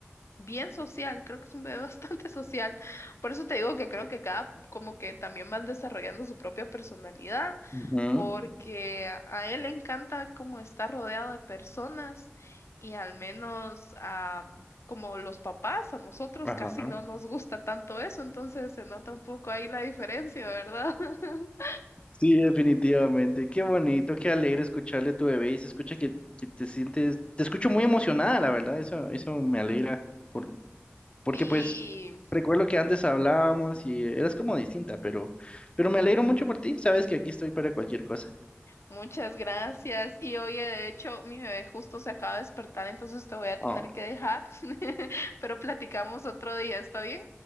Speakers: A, on the left; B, on the left.
A: bien social, creo que es un bebé <laughs> bastante social. Por eso te digo que creo que cada, como que también van desarrollando su propia personalidad,
B: Ujú,
A: porque a él le encanta como estar rodeado de personas y al menos a, como los papás, a nosotros
B: Ajá.
A: casi no nos gusta tanto eso, entonces se nota un poco ahí la diferencia, ¿verdad? <laughs>
B: Sí, definitivamente. Qué bonito, qué alegre escucharle a tu bebé y se escucha que, que te sientes, te escucho muy emocionada, la verdad, eso, eso me alegra. Por, porque
A: Sí.
B: pues recuerdo que antes hablábamos y eras como distinta, pero, pero me alegro mucho por ti, sabes que aquí estoy para cualquier cosa.
A: Muchas gracias. Y oye, de hecho, mi bebé justo se acaba de despertar, entonces te voy a tener
B: Ah,
A: que dejar, <laughs> pero platicamos otro día, ¿está bien?